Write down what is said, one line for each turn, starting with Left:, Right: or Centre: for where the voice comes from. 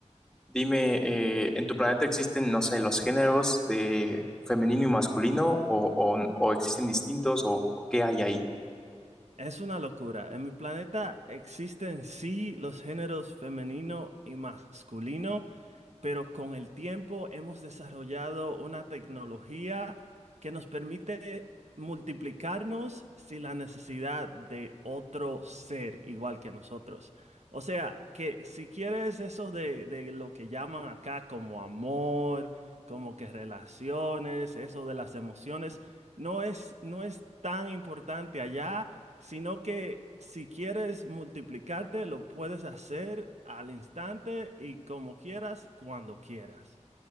Centre: dime, eh, ¿en tu planeta existen, no sé, los géneros de femenino y masculino o, o- o existen distintos o, o qué hay ahí?
Right: Es una locura. En mi planeta existen sí los géneros femenino y masculino, pero con el tiempo hemos desarrollado una tecnología que nos permite multiplicarnos sin la necesidad de otro ser igual que nosotros. O sea, que si quieres eso de, de lo que llaman acá como amor, como que relaciones, eso de las emociones, no es, no es tan importante allá, sino que si quieres multiplicarte, lo puedes hacer al instante y como quieras, cuando quieras.